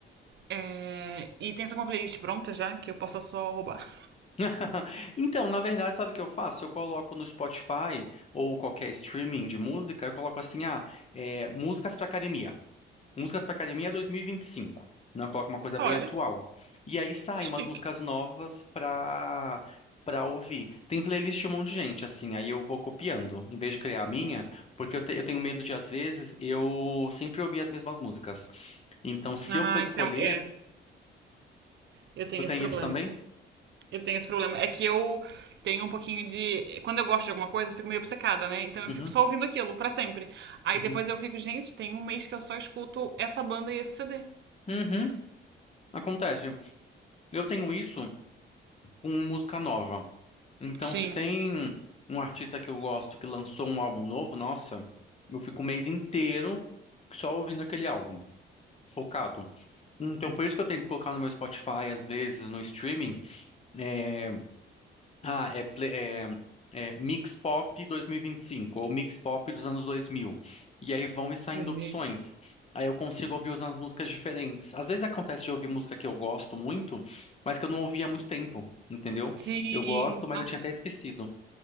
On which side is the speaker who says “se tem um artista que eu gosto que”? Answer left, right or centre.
Left